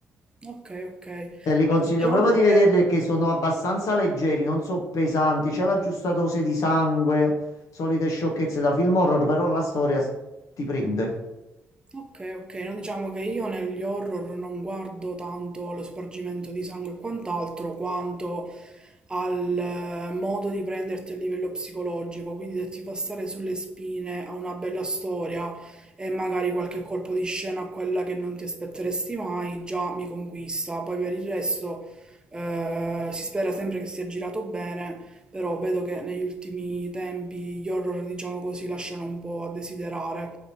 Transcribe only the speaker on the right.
Ok, ok. Allora,
Diciamo
che,
ok, ok, no, diciamo che io negli horror non guardo tanto allo spargimento di sangue e quant'altro, quanto al eh, modo di prenderti a livello psicologico, quindi se ti fa stare sulle spine a una bella storia e magari qualche colpo di scena a quella che non ti aspetteresti mai, già mi conquista. Poi per il resto eh, si spera sempre che sia girato bene Però vedo che negli ultimi tempi gli horror, diciamo così, lasciano un po' a desiderare.